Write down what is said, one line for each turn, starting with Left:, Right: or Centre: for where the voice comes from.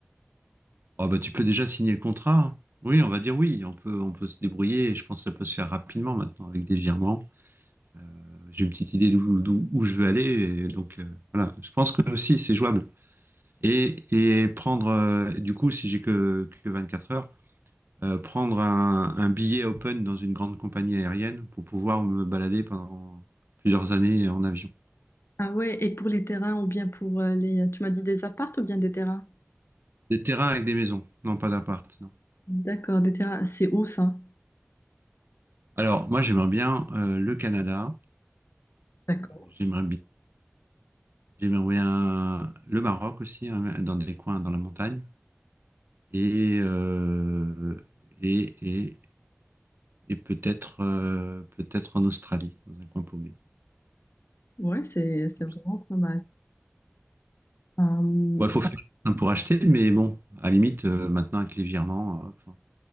Right: ah bah, tu peux déjà signer le contrat. hein. Oui, on va dire oui, on peut, on peut se débrouiller. et Je pense que ça peut se faire rapidement maintenant avec des virements. Euh, J'ai une petite idée d'où, d'où- où je veux aller. et donc euh, voilà, je pense que aussi c'est jouable. Et, et prendre, euh, du coup, si j'ai que, que 24 heures, euh, prendre un, un billet open dans une grande compagnie aérienne pour pouvoir me balader pendant plusieurs années en avion.
Left: Ah ouais, et pour les terrains ou bien pour euh, les... Tu m'as dit des appartes ou bien des terrains?
Right: Des terrains avec des maisons, non pas d'appart, non.
Left: D'accord, des terrains. C'est où ça?
Right: Alors, moi, j'aimerais bien euh, le Canada,
Left: D'accord.
Right: j'aimerais bien, j'aimerais bien le Maroc aussi, hein, dans des coins dans la montagne, et, euh, et, et, et peut-être euh, peut-être en Australie, dans un coin paumé.
Left: Ouais, c'est
Right: Comme
Left: c'est vraiment
Right: ça.
Left: pas mal. Euh,
Right: Bon, il faut faire pour acheter, mais bon, à la limite, euh, maintenant avec les virements, euh,